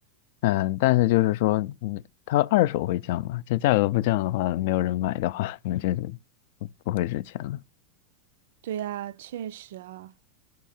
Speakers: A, on the left; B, on the right.
A: 嗯，但是就是说，嗯，它二手会降嘛？这价格不降的话，没有人买的话，<laughs> 那就是不不会值钱了。
B: 对呀，确实啊。